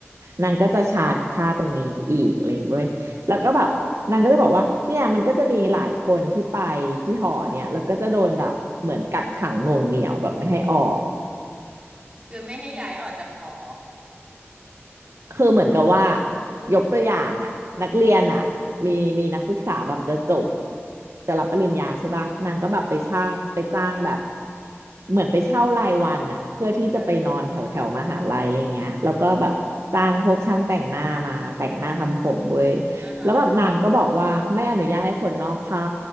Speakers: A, on the right (about 70°); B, on the right (about 20°).
A: นางก็จะชาร์จค่าตรงนี้อีกอะไรอย่างเงี้ยเว้ยแล้วก็แบบนางก็จะบอกว่าเนี่ยมันก็จะมีหลายคนที่ไปที่หอเนี่ยแล้วก็จะโดนแบบเหมือนกักขังหน่วงเหนี่ยวแบบไม่ให้ออก
B: คือไม่ให้ย้ายออกจากหอ
A: คือเหมือนกับว่ายกตัวอย่างอ่ะนักเรียนอ่ะมีมีนักศึกษาแบบจะจบจะรับปริญญาใช่ป่ะนางก็แบบไปช่างไปจ้างแบบ
B: อ๋อฮะ
A: เหมือนไปเช่ารายวันอ่ะเพื่อที่จะไปนอนแถวแถวมหาลัยอะไรเงี้ยแล้วก็แบบจ้างพวกช่างแต่งหน้ามาแต่งหน้าทำผมเว้ย
B: เอออ๋อฮะ
A: แล้วแบบนางก็บอกว่าไม่อนุญาตให้คนนอกเข้า